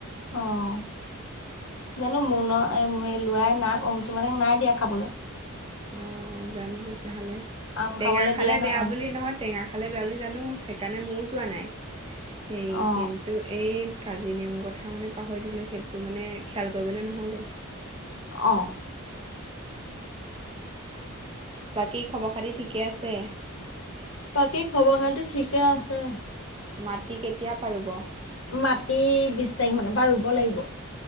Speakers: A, on the left (about 65°); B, on the right (about 25°).
A: অহ। জানো মনৰ ল'ৰাই না অংচু মে নাই দিয়া খাবলৈ।
B: অ অ জানো তেতিয়াহ'লে
A: আম
B: টেঙা
A: খাবলৈ
B: খালে
A: দিয়া নাই
B: বেয়া বুলি নহয় টেঙা খালে বেয়া বুলি জানো সেইকাৰণে ময়। চোৱা নাই সেই
A: অ
B: কিন্তু এই কাজি নেমুৰ কথা মানে পাহৰি দিলো। সেইটো মানে খেয়াল কৰিবলৈ নহ'লে।
A: অ
B: বাকী খবৰ খাতি ঠিকে আছে।
A: বাকী খবৰ খাতি ঠিকে আছে।
B: মাটি কেতিয়া পৰা ৰুব।
A: মাটি বিশ তাৰিখ মানৰ বা ৰুব লাগিব।